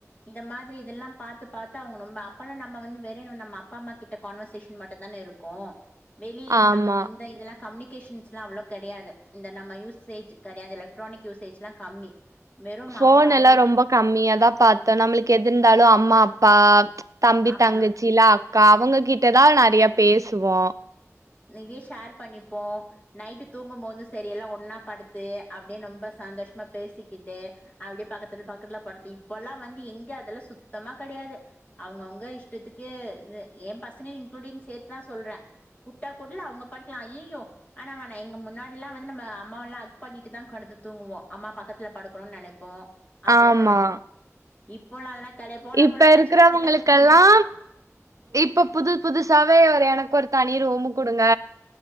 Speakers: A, on the left; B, on the right.
A: இந்த மாதிரி இதெல்லா பாத்து பாத்து அவுங்க நொம்ப அப்பெல்லா நம்ம வந்து வேறேனு நம்ம அப்பா அம்மா கிட்ட கான்வர்சேஷன் மட்டுந்தான இருக் கு வெளிய இந்த
B: ஆமா
A: நமக் இந்த இதெல்லா கம்னிகேஷன்ஸ்லா அவ்ளோ கெடையாது இந்த நம்ம யூசேஜ் கெடையாது எலக்ட்ரானிக் யூசேஜ்லா கம்மி வெறும்
B: ஃபோன்
A: அவங்க
B: எல்லா
A: அவங்க
B: ரொம்ப
A: கிட்
B: கம்மியாதா பாத் தோ நம்மளுக் எது இர்ந்தாலு அம்மா, அப்பா, தம்பி
A: ஆமா
B: தங்கச்சிலா அக் கா அவங்க கிட்ட தா நெறைய பேசுவோ
A: நெற்ய ஷேர் பண்ணிப்போ நைட்டு தூங்கம்மோது செரி எல்லா ஒன்னா படுத்து அப்டே நொம்ப சந்தோஷ்மா பேசிக்கிட்டு அப்டியே பக்கத்துல் பக்கத்துல படுத்து இப்பெல்லா வந்து எங்க அதெல்லா சுத்தமா கெடயாது அவுங்கவுங்க இஷ்டத்துக்கு து ஏ பசங்க இன்க்ளூடிங் சேத் தா சொல்றே கூப்ட்டா கூட்லா அவுங்க பாட்லா அய்யய்யோ வேணா வேணா எங்க முன்னாடில்லா வந்து அம்மாவெல்லா அக் பண்ணிட்டு தா கடந்து தூங்குவா அம்மா பக்கத்துல படுக்கணுன் நெனைப்போ அப்டிலா
B: ஆமா
A: நெனைப்போ இப்போல்லா அதல்லா கெடயா போனா
B: இப்ப
A: கூட டச்
B: இருக்கிறவங்களுக்கெல்லா
A: பண்ணாத டச் பண்ணாத
B: இப்ப புது புதுசாவே ஒரு எனக்கொரு தனி ரூமு குடுங்க